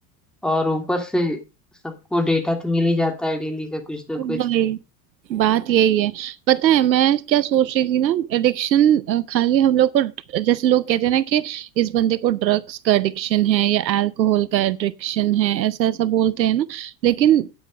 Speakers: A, in the centre; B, on the right (about 85°).
A: और ऊपर से सबको डेटा तो मिल ही जाता है डेली का कुछ ना
B: भाई
A: कुछ
B: बात यही है पता है मैं क्या सोच रही थी ना एडिक्शन खाली हम लोग को जैसे लोग कहते हैं ना कि इस बंदे को ड्रग्स का एडिक्शन है या अल्कोहल का एडिक्शन है ऐसा ऐसा बोलते हैं ना लेकिन